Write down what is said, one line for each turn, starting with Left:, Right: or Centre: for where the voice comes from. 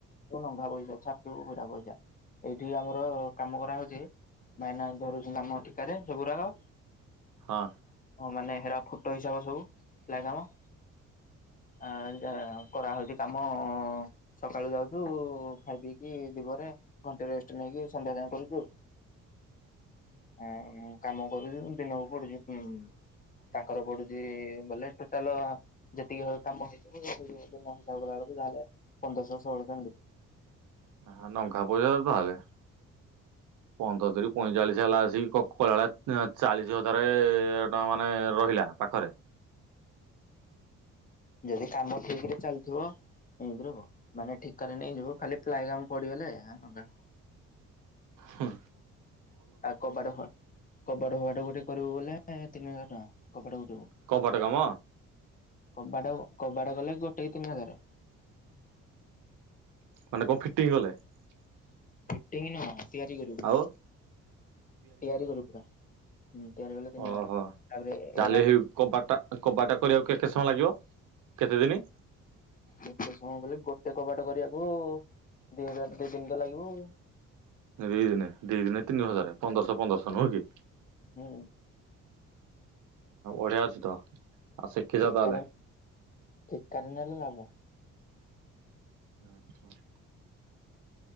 Left: ଓ ନଘା ପଇସା ଛାଟିବୁ ପୁରା ପଇସା। ଏଇଠି ଆମର କାମ କରାହଉଛି ଭାଇନା ଧରୁଛୁ କାମ ଠିକାରେ ସବୁ ଗୁୁଡାକ।
Right: ହଁ।
Left: ହଁ ମାନେ ହେରା ଫୁଟ ହିସାବ ସବୁ ପ୍ଲା କାମ।
Right: ହ
Left: ଆ, ଯୋ କରାହଉଚି କାମ ସକାଳୁ ଯାଉଛୁ ଖାଇ ପିଇକି ଦିପହରେ ଘଣ୍ଟେ ରେଷ୍ଟ ନେଇକି ସନ୍ଧ୍ୟା ଯାଏ କରୁଚୁ। ହଁ ମୁଁ କାମ କରୁଚୁ ଦିନକୁ ପଡୁଚି ଉଁ, ତାଙ୍କର ପଡୁଚି ବଲେ ଟୋଟାଲ ଯେତିକି ହ-କାମ ହେଇଥିବ ସେଇଠୁ ଦିନ ହିସାବ କଲାବେଳ <unintelligible> ଲେ ପନ୍ଦରଶ ଷୋଳଶ ଏମତି।
Right: ହ ଆହା ନଘା ପଇସା ତାହେଲେ। ପନ୍ଦତିରି ପଇଁଚାଳିଶ ହେଲା ଆସିକି କ କଳଳା ଅଁ ଚାଳିଶ ହଜାରେ ଟ ମାନେ ରହିଲା ପାଖରେ।
Left: ଯଦି କାମ ଠିକ ରେ ଚାଲିଥିବ <unintelligible> ମାନେ ଠିକାରେ ନେଇଯିବୁ ଖାଲି ପ୍ଲାଏ କାମ ପଡିଗଲେ ଆଉ ନହେଲେ
Right: ହୁଁ।
Left: ଆଉ କବାଟ ଫ- କବାଟ ଫବାଟ ଗୋଟେ କରିବୁ ବୋଲେ ତିନି ହଜାର ଟଙ୍କା। କବାଟ ଗୋ
Right: କବାଟ କାମ
Left: କମ୍ବାଟ <unintelligible> କବାଟ କଲେ, ଗୋଟେ କି ତିନି ହଜାର
Right: ମାନେ କଣ ଫିଟିଙ୍ଗ ଗଲେ ।
Left: ଫିଟିଙ୍ଗି ନୁ ତିଆରି କରିବୁ,
Right: ଆଉ
Left: ତିଆରି କରିବୁ ପୁରା। ହୁଁ ତିଆରି କଲେ ତିନି
Right: ଓହୋ,
Left: ହଜାର ତାପରେ
Right: ତାହେଲେ
Left: ଏରା
Right: ହେଇ କବାଟା, କବାଟା କରିବାକୁ କେତେ ସମୟ ଲାଗିବ? କେତେ ଦିନ?
Left: କେତେ ସମୟ ବ ଗୋଟେ କବାଟ କରିବାକୁ ଦୁଇ ହଜାର, ଦି ଦିନ ତ ଲାଗିବ ଆ
Right: ଦି ଦିନେ, ଦି ଦିନେ ତିନି ହଜାର, ପନ୍ଦରଶହ, ପନ୍ଦରଶହ ନୁହଁ କି?
Left: ହୁଁ ।
Right: ଓଡଆଛି ତ <unintelligible>
Left: ଠିକା,
Right: ତାହେଲେ
Left: ଠିକା ରେ ନେଲେ ଲାଭ ।
Right: ଆଛା ।